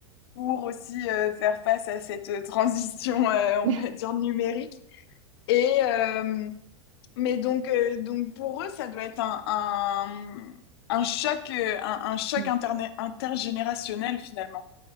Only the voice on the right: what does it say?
mm.
<laughs>
Mm.